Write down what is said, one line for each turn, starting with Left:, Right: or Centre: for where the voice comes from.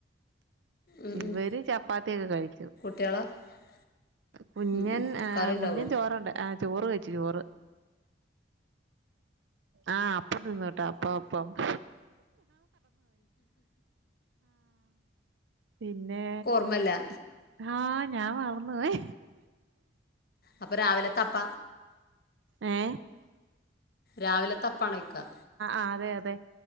Left: ഉം
Right: ഇവര്
Left: ഉം
Right: ചപ്പാത്തിയൊക്കെ കഴിക്കും
Left: <unintelligible>
Right: കുഞ്ഞൻ
Left: ഉം ഉം
Right: ആഹ
Left: കറിണ്ടാവോ
Right: കുഞ്ഞൻ ചോറുണ്ട് ആഹ് ചോറ് കയ്ച്ചു ചോറ് ആഹ് അപ്പ നിന്നട്ടാ അപ്പ അപ്പം <unintelligible> പിന്നെ
Left: ഒന്നുല്ലാ
Right: ആഹ് ഞാൻ മറന്ന് പോയി
Left: അപ്പൊ രാവിലെ അപ്പ
Right: ഏ
Left: രാവിലത്തപ്പാണോയ്ക്കാ
Right: അതെ അതെ